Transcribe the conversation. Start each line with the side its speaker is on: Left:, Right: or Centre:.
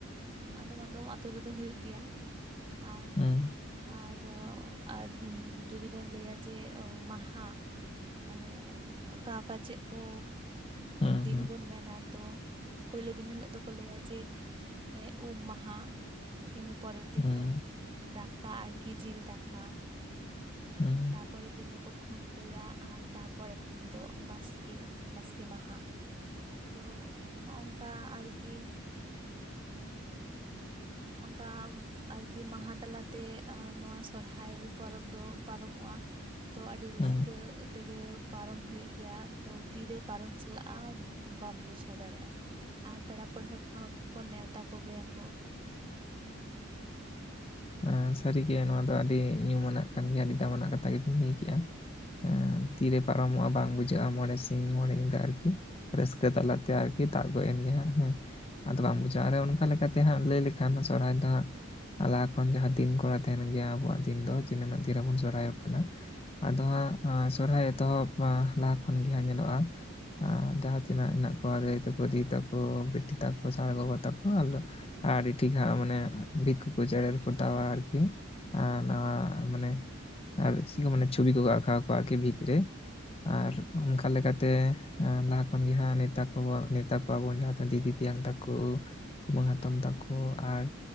Right: ᱦᱩᱸ ᱟᱫᱚᱢ ᱟᱫᱚᱢ ᱟᱛᱳ ᱨᱮᱫᱚ ᱦᱩᱭᱩᱜ ᱜᱮᱭᱟ ᱟᱨ
Left: ᱦᱩᱸ
Right: ᱟᱨ ᱟᱨ ᱡᱩᱫᱤ ᱵᱮᱱ ᱞᱟᱹᱭᱟ ᱡᱮ ᱢᱟᱦᱟ ᱢᱟᱱᱮ ᱚ ᱠᱟ ᱚᱠᱟ ᱪᱮᱫ ᱠᱚ
Left: ᱦᱩᱸ
Right: ᱫᱤᱱ
Left: ᱦᱩᱸ
Right: ᱵᱚᱱ ᱢᱮᱱᱟ ᱛᱚ ᱯᱳᱭᱞᱳ ᱫᱤᱱ ᱦᱤᱞᱳᱜ ᱫᱚᱠᱚ ᱞᱮᱭᱟ ᱡᱮ ᱩᱢ ᱢᱟᱦᱟ ᱾ ᱤᱱᱟᱹ ᱯᱚᱨᱮᱨ ᱫᱤᱱ
Left: ᱦᱩᱸ
Right: ᱫᱚ ᱫᱟᱠᱟ ᱟᱨᱠᱤ ᱡᱤᱞ ᱫᱟᱠᱟ ᱾
Left: ᱩᱸ ᱾
Right: ᱛᱟ ᱯᱚᱨᱮᱨ ᱫᱤᱱ ᱫᱚᱠᱚ ᱠᱷᱩᱱᱴᱟᱹᱭᱟ ᱟᱨ ᱛᱟᱯᱚᱨᱮᱨ ᱫᱤᱱ ᱫᱚ ᱵᱟᱥᱠᱮ ᱵᱟᱥᱠᱮ ᱢᱟᱦᱟ ᱾
Left: ᱟᱱᱼᱚᱰᱤᱵᱮᱞ
Right: ᱛᱚ ᱦᱚᱸᱜᱼᱚᱝᱠᱟ ᱟᱨᱠᱤ
Left: ᱟᱱᱼᱚᱰᱤᱵᱮᱞ
Right: ᱚᱝᱠᱟ ᱟᱨᱠᱤ ᱢᱟᱦᱟ ᱛᱟᱞᱟᱛᱮ ᱟᱸ ᱱᱚᱣᱟ ᱥᱚᱨᱦᱟᱭ ᱯᱚᱨᱚᱵᱽ ᱫᱚ ᱯᱟᱨᱚᱢᱚᱜᱼᱟ ᱾ ᱛᱚ ᱟᱰᱤ ᱨᱟᱹᱥᱠᱟᱹ
Left: ᱦᱩᱸ
Right: ᱛᱮᱜᱮ ᱯᱟᱨᱚᱢ ᱦᱩᱭᱩᱜ ᱜᱮᱭᱟ ᱛᱚ ᱛᱤᱨᱮ ᱯᱟᱨᱚᱢ ᱪᱟᱞᱟᱜ ᱟ ᱵᱟᱢ ᱵᱩᱡᱷᱟᱹᱣ ᱫᱟᱲᱮᱜᱼᱟ! ᱟᱨ ᱯᱮᱲᱟ ᱯᱟᱹᱲᱦᱟᱹ ᱠᱚᱦᱚᱸ ᱠᱚ ᱠᱚ ᱱᱮᱣᱛᱟ ᱠᱚᱜᱮᱭᱟ ᱠᱚ ᱾
Left: ᱟᱸ ᱥᱟᱹᱨᱤᱜᱮ ᱱᱚᱣᱟ ᱫᱚ ᱟᱰᱤ ᱧᱩᱢᱟᱱᱟᱜ ᱠᱟᱱ ᱜᱮᱭᱟ ᱟᱹᱰᱤ ᱫᱟᱢᱟᱱᱟᱜ ᱠᱟᱛᱷᱟ ᱜᱮᱵᱤᱱ ᱞᱟᱹᱭ ᱠᱮᱜᱼᱟ ᱾ ᱦᱮᱸ ᱛᱤᱨᱮ ᱯᱟᱨᱚᱢᱚᱜᱼᱟ ᱵᱟᱝ ᱵᱩᱡᱷᱟᱹᱜᱼᱟ ᱢᱚᱬᱮ ᱥᱤᱧ ᱢᱚᱬᱮ ᱧᱤᱸᱫᱟᱹ ᱟᱨᱠᱤ ᱾ ᱨᱟᱹᱥᱠᱟᱹ ᱛᱟᱞᱟᱛᱮ ᱟᱨᱠᱤ ᱛᱟᱜ ᱜᱚᱜ ᱮᱱ ᱜᱮ ᱦᱟᱸᱜ ᱦᱮᱸ ᱾ ᱟᱫᱚ ᱵᱟᱝ ᱵᱩᱡᱷᱟᱹᱜᱼᱟ ᱟᱨᱮ ᱚᱱᱠᱟ ᱞᱮᱠᱟᱛᱮ ᱦᱟᱸᱜ ᱞᱟᱹᱭ ᱞᱮᱠᱷᱟᱱ ᱥᱚᱨᱦᱟᱭ ᱫᱚ ᱦᱟᱜ ᱟᱸ ᱞᱟᱦᱟ ᱠᱷᱚᱱ ᱡᱟᱦᱟᱸ ᱫᱤᱱ ᱠᱚᱨᱟ ᱛᱟᱦᱮᱱ ᱜᱮᱭᱟ ᱟᱵᱚᱣᱟᱜ ᱫᱤᱱ ᱫᱚ ᱛᱤᱱᱟᱹᱱᱟᱹᱜ ᱫᱤᱱ ᱨᱮᱵᱚᱱ ᱥᱚᱨᱦᱟᱭᱚᱜ ᱠᱟᱱᱟ ᱾ ᱟᱫᱚ ᱦᱟᱸᱜ ᱥᱚᱨᱦᱟᱭ ᱮᱛᱚᱦᱚᱵ ᱞᱟᱦᱟ ᱠᱷᱚᱱ ᱜᱮ ᱦᱟᱸᱜ ᱧᱮᱞᱚᱜᱼᱟ ᱟ ᱡᱟᱦᱟᱸ ᱛᱤᱱᱟᱹᱜ ᱦᱮᱱᱟᱜ ᱠᱚᱣᱟ ᱫᱟᱹᱭ ᱛᱟᱠᱚ ᱫᱤᱫ ᱛᱟᱠᱚ, ᱵᱤᱴᱤ ᱛᱟᱠᱚ, ᱥᱟᱨᱟ ᱜᱚᱜᱚ ᱛᱟᱠᱚ ᱟᱨ ᱟᱨ ᱴᱷᱤᱠ ᱦᱟᱜ ᱢᱟᱱᱮ ᱵᱷᱤᱛ ᱠᱚ ᱠᱚ ᱡᱮᱨᱮᱲ ᱯᱚ ᱛᱟᱣᱟ ᱟᱨᱠᱤ ᱟᱸ ᱱᱟᱣᱟ
Right: ᱦᱳᱭ
Left: ᱢᱟᱱᱮ ᱟᱨ ᱪᱤᱠᱟ ᱢᱟᱱᱮ ᱪᱷᱚᱵᱤ ᱠᱚᱠᱚ ᱟᱠᱟᱣ ᱠᱚᱣᱟ ᱟᱨᱠᱤ ᱵᱷᱤᱛ ᱨᱮ ᱟᱨ
Right: ᱦᱩᱸ
Left: ᱚᱱ ᱠᱟ ᱞᱮᱠᱟᱛᱮ ᱮᱸ ᱞᱟᱦᱟ ᱠᱷᱚᱱᱜᱮ ᱦᱟᱸᱜ ᱱᱮᱣᱛᱟ ᱠᱚ ᱱᱮᱣᱛᱟ ᱠᱚᱣᱟᱵᱚᱱ ᱡᱟᱦᱟᱸ ᱛᱤᱱ ᱫᱤᱫᱤ ᱛᱮᱭᱟᱝ ᱛᱟᱠᱚ ᱾ ᱠᱩᱢᱟᱹᱝ ᱦᱟᱛᱚᱢ ᱛᱟᱠᱚ ᱟᱨ